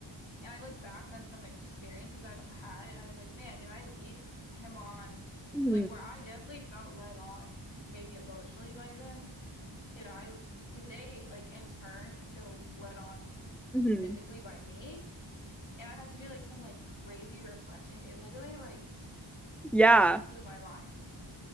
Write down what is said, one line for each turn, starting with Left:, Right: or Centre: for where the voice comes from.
Left: and I look back on some experiences I've had, and I was like, man, did I lead him on,
Centre: hmm
Left: like, where I definitely felt led on, maybe emotionally by them? Did I, did they, like, in turn feel led on
Centre: hmm
Left: physically by me? And I had to do like some like crazy reflection. It literally like
Centre: Yeah.
Left: blew my mind.